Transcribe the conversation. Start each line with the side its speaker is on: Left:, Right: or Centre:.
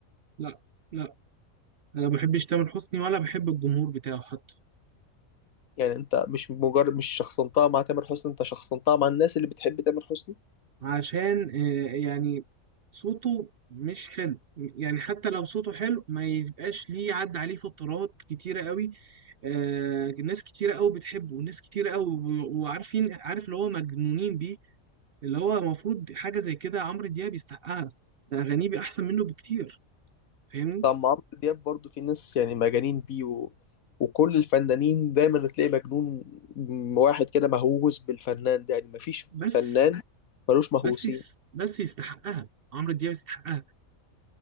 Right: لا لا انا ما بحبش تامر حسني ولا بحب الجمهور بتاعه حتى
Left: يعني أنت مش مجرد مش شخصنتها مع تامر حسني أنت شخصنتها مع الناس اللي بتحب تامر حسني
Right: عشان آه، يعني صوته مش حلو يعني حتى لو صوته حلو ما يبقاش ليه عدى عليه فترات كتيرة قوي آه، ناس كتيرة قوي بتحبه وناس كتيرة قوي و- وعارفين عارف اللي هو مجنونين بيه اللي هو المفروض حاجة زي كده عمرو دياب يستحقها ده أغانيه بقى أحسن منه بكتير فاهمني
Left: طب مع عمرو دياب برضو في ناس يعني مجانين بيه و... وكل الفنانين دايما تلاقي مجنون واحد كده مهووس بالفنان ده يعني مفيش
Right: بس
Left: فنان ملوش مهووسين
Right: بس يس- بس يستحقها عمرو دياب يستحقها